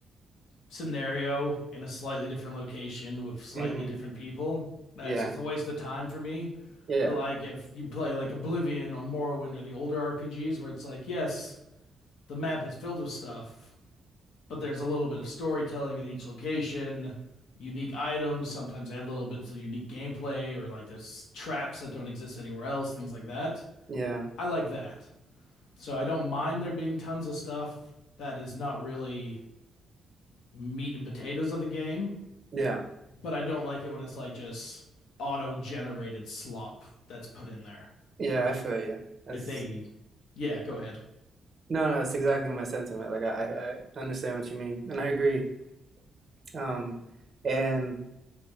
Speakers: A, on the left; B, on the right.
A: scenario in a slightly different location with slightly
B: hmm
A: different people. That's
B: Yeah.
A: just a waste of time for me.
B: Yeah.
A: But like if you play like Oblivion or Morrowind or the older RPGs, where it's like, yes, the map is filled with stuff, but there's a little bit of storytelling at each location, unique items. Sometimes they have little bits of unique gameplay or like there's traps that don't exist anywhere else, things like that.
B: Yeah.
A: I like that. So I don't mind there being tons of stuff that is not really meat and potatoes of the game,
B: Yeah.
A: but I don't like it when it's like just auto generated slop that's put in there.
B: Yeah.
A: If
B: I
A: it's
B: feel you. That's
A: if they yeah, go ahead.
B: no, no. It's exactly my sentiment. Like I, I I understand what you mean, and I agree. Um, and